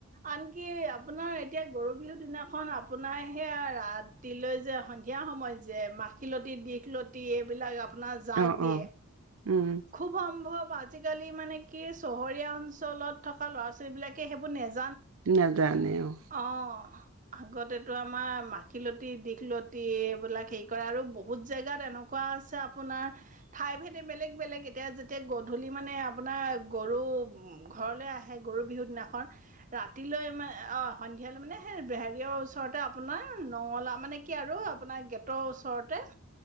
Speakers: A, on the right; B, on the right.
A: আনকি আপোনাৰ এতিয়া গৰু বিহুৰ দিনাখন আপোনাৰ সেয়া ৰাতিলৈ যে সন্ধিয়া সময়ত যে মাখিলতী দিশলতি এইবিলাক- আপোনাৰ জাগ
B: অ
A: দিয়ে।
B: অ উম
A: খুব সম্ভৱ আজিকালি মানে কি, চহৰীয়া অঞ্চলত থকা ল'ৰা ছোৱালী বিলাক কে হেইবোৰ ন
B: নাজানে অ'
A: অ অ আগতেটো আমাৰ মাখিলত টী, দিখল তী এইবিলাক হেৰি কৰে আৰু বহুত জেগাত এনেকুৱা আছে আপোনাৰ, ঠাই ভেদে বেলেগ বেলেগ এতিয়া যেতিয়া গধূলি মানে আপোনাৰ গৰু ঘৰলৈ আহে গৰু বিহুৰ দিনাখন, ৰাতিলৈ মানে অ', সন্ধিয়ালৈ মানে হে বে হেৰীয়ৰ ওচৰতে আপোনাৰ, নঙলা মানে কি আৰু আপোনাৰ গেটৰ ওচৰতে